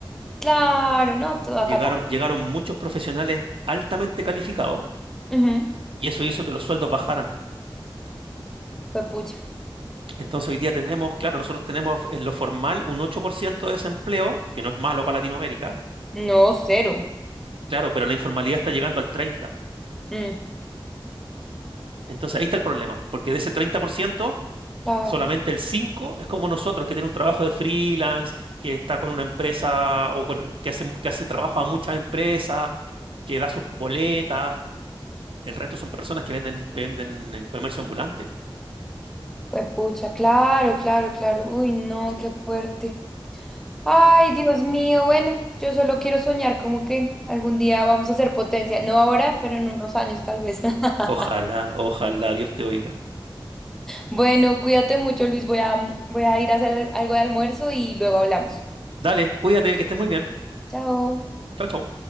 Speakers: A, in the centre; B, on the right (about 75°).
A: Claro, no, todo acá
B: Llegaron, llegaron muchos profesionales altamente calificados
A: también. Ujú,
B: y eso hizo que los sueldos bajaran.
A: Pues pucha.
B: Entonces hoy día tenemos, claro, nosotros tenemos en lo formal un 8% de desempleo, que no es malo para Latinoamérica,
A: No, cero.
B: claro, pero la informalidad está llegando al 30%.
A: Mm,
B: Entonces ahí está el problema, porque de ese 30%
A: Claro,
B: solamente el 5% es como nosotros, que tiene un trabajo de freelance, que está con una empresa o con- que hace, que hace trabajo a muchas empresas, que da sus boletas. El resto son personas que venden, venden en comercio ambulante.
A: pues pucha, claro, claro, claro. Uy, no,
B: Sí.
A: qué fuerte. Ay, Dios mío, bueno, yo solo quiero soñar como que algún día vamos a ser potencia. No ahora, pero en unos años tal vez. <laughs>
B: Ojalá, ojalá Dios te oiga.
A: Bueno, cuídate mucho, Luis. Voy a, voy a ir a hacer al- algo de almuerzo y luego hablamos.
B: Dale, cuídate, que estés muy bien.
A: Chao.
B: Chao, chao.